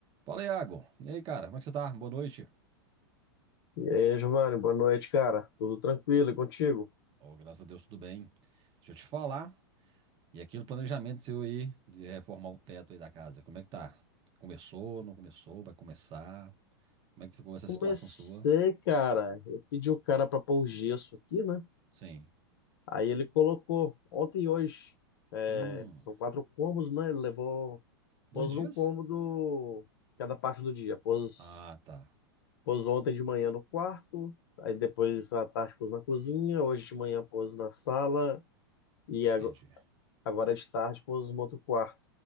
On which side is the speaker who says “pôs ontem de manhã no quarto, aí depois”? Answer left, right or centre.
Left